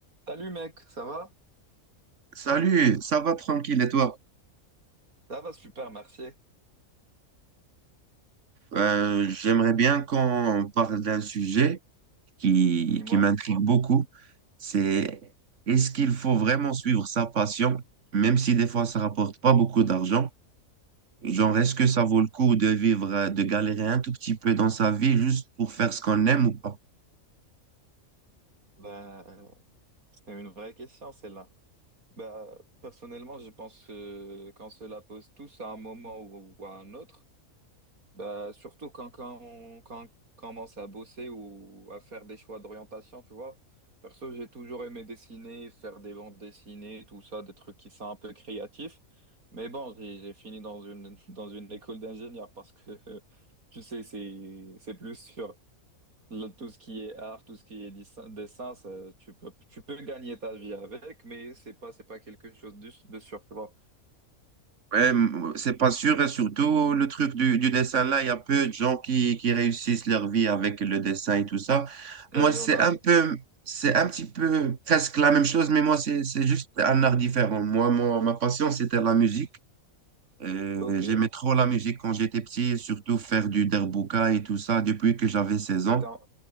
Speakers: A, on the right (about 85°); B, on the right (about 60°).
A: Salut mec, ça va?
B: Salut, ça va tranquille et toi?
A: Ça va super, merci.
B: Euh, j'aimerais bien qu'on parle d'un sujet qui,
A: Dis-moi,
B: qui m'intrigue beaucoup. C'est est-ce qu'il faut vraiment suivre sa passion, même si des fois ça rapporte pas beaucoup d'argent? Genre,
A: Mhm.
B: est-ce que ça vaut le coup de vivre, euh, de galérer un tout petit peu dans sa vie juste pour faire ce qu'on aime ou pas?
A: ben, c'est une vraie question celle-là. Ben, personnellement, je pense que quand cela pose tous à un moment ou, ou à un autre, ben, surtout quand, quand, on, quand on commence à bosser ou à faire des choix d'orientation, tu vois. Perso, j'ai toujours aimé dessiner, faire des bandes dessinées, tout ça, des trucs qui sont un peu créatifs. Mais bon, j'ai j'ai fini dans une, <laughs> dans une école d'ingénieur parce que, <laughs> tu sais, c'est, c'est plus sûr. Le- tout ce qui est art, tout ce qui est dessin, dessin, ça, tu peux, tu peux gagner ta vie avec, mais c'est pas, c'est pas quelque chose de, de sûr, tu vois.
B: Ouais, m- c'est pas sûr, et surtout le truc du, du dessin là, il y a peu de gens qui, qui réussissent leur vie avec le dessin et tout ça. Moi,
A: Et
B: c'est
A: on a,
B: un peu, c'est un petit peu presque la même chose, mais moi, c'est, c'est juste un art différent. Moi, mon- ma passion, c'était la musique. Euh,
A: ok,
B: j'aimais trop la musique quand j'étais petit, surtout faire du derbuka et tout ça depuis que j'avais 16
A: t'étais
B: ans.
A: en,